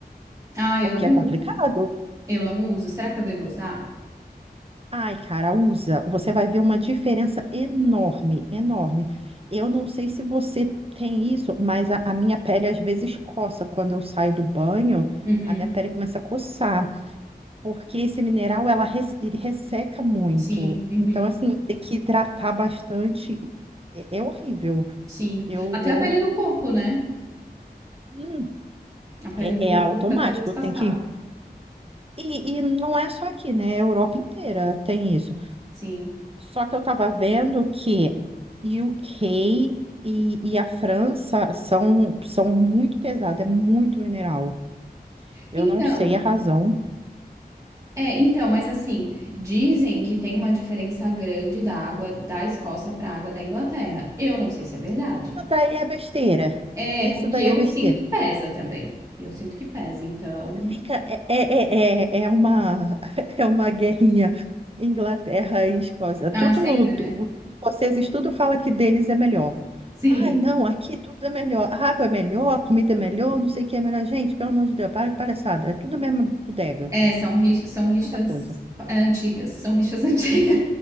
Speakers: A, on the right (about 20°); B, on the right (about 35°).
A: Ah,
B: porque
A: eu não
B: é complicado.
A: uso. Eu não uso. Será que eu devo usar?
B: Ai, cara, usa. Você vai ver uma diferença enorme, enorme. Eu não sei se você tem isso, mas a, a minha pele às vezes coça. Quando eu saio do banho,
A: Uhum.
B: a minha pele começa a coçar. porque esse mineral ela res- ele resseca muito.
A: Sim, uhum.
B: Então, assim, tem que hidratar bastante. É, é horrível.
A: Sim.
B: Eu,
A: Até
B: eu,
A: a pele do corpo, né?
B: hum,
A: A pele
B: é,
A: do corpo
B: é automático.
A: fica toda descascada.
B: Tem que. E, e não é só aqui, né? A Europa inteira tem isso.
A: Sim.
B: Só que eu estava vendo que UK e, e a França são, são muito pesados, é muito mineral. Eu
A: Então,
B: não sei a razão.
A: é, então, mas assim, dizem que tem uma diferença grande da água da Escócia para a água da Inglaterra. Eu não sei se é verdade.
B: Isso daí é besteira.
A: É, porque
B: Isso daí
A: eu
B: é besteira.
A: sinto que pesa também. Eu sinto que pesa, então.
B: Fica, é, é, é, é é uma, <laughs> é uma guerrinha Inglaterra e Escócia. Tudo,
A: Ah, sempre,
B: tu-
A: né?
B: os escoceses tudo fala que deles é melhor.
A: Sim.
B: Ai, não, aqui tudo é melhor. A água é melhor, a comida é melhor, não sei o que é melhor. Gente, pelo amor de Deus, para de palhaçada. É tudo a mesma bodega,
A: É, são, ri- são rixas
B: mesma coisa.
A: é, antigas, são rixas <laughs> antigas,